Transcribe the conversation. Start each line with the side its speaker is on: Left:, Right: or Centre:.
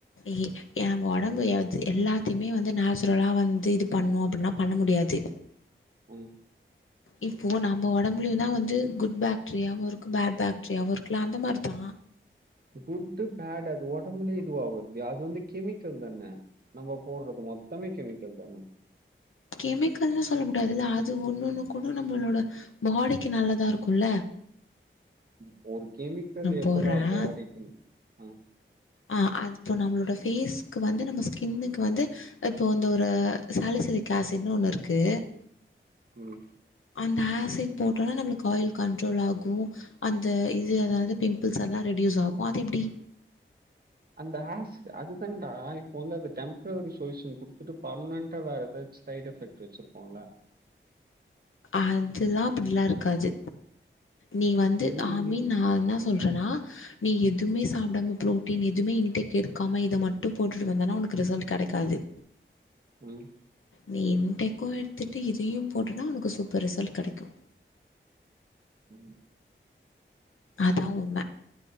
Left: யே எ ஒடம்பு <inaudible> த்து எல்லாத்தையுமே வந்து நேச்சுரலா வந்து இது பண்ணு அப்டின்னா பண்ண முடியாது
Right: ம்
Left: இப்போ நம்ம ஒடம்புலையு தா வந்து குட் பேக்டீரியாவு இருக்கு பேட் பேக்டீரியாவு இருக்குல அந்த மாரிதா
Right: குட்டு பேட் அது ஒடம்புலே இதுவாகது அது வந்து கெமிக்கல் தானே நம்ம போடுறது மொத்தமே கெமிக்கல் தான
Left: கெமிக்கல்ன்னனு சொல்ல முடியாதுல்ல அது ஒன்னு ஒண்ணு கூட நம்மளோட பாடிக்கு நல்லதா இருக்கும்ல்ல
Right: ம் ஒரு கெமிக்கல் எப்படுறா
Left: போடுறேன்
Right: பாடிக்கு‌ ஹ
Left: ஆ அது இப்போ நம்மளோடய ஃபேஸ்க்கு வந்து நம்ம ஸ்கின்னுக்கு வந்து இப்போ அந்த ஒரு சலசிலிக் ஆசிட் இனு ஒண்ணு இருக்கு
Right: ம்
Left: அந்த ஆசிட் போட்டோம்னா நம்மளுக்கு ஆயில் கண்ட்ரோல் ஆகு அந்த இது அதாவ்து பிம்பிள்ஸ் எல்லா ரெடியூஸ் ஆகு அது எப்டி
Right: அந்த ஆசிட் அது தண்டா இப்போ வந்து அது டெம்பரவரி சொல்யூஷன் குடுத்துட்டு பர்மனன்டா வேற ஏதாவாச்சி சைடு எஃபெக்ட் வெச்சிரு போலே
Left: அதுலா அப்டிலா இருக்காது நீ வந்து
Right: அப்படின்னா
Left: ஆமீன் நா என்ன சொல்றேன்னா நீ எதுமே சாப்டாம புரோட்டீன் எதுவுமே இன்டெக் எடுக்காம இத மட்டு போட்டுட்டு வந்தனா உனக்கு ரிசல்ட் கடக்காது
Right: ம்
Left: நீ இன்டெகு எடுத்துட்டு இதையு போட்டனா உனக்கு சூப்பர் ரிசல்ட் கெடக்கு
Right: ம்
Left: அதா உண்ம